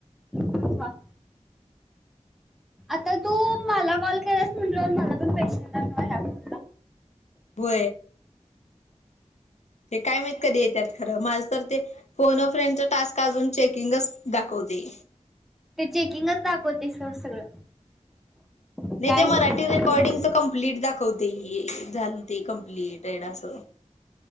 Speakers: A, in the centre; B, on the left (about 70°).
A: वा. आता तू मला कॉल केलास म्हटलं मला तो पेशंटला
B: हो ते काय माहीत कधी येतात खरं माझ तर ते फोनो फ्रेंडचा टास्क अजून चेकिंगच दाखवते
A: ते चेकिंगच दाखवते सर सगळं काय
B: नाही ते मराठी
A: सगळं
B: रेकॉर्डिंगच कमप्लीट दाखवते झाल ते कमप्लिटेड असं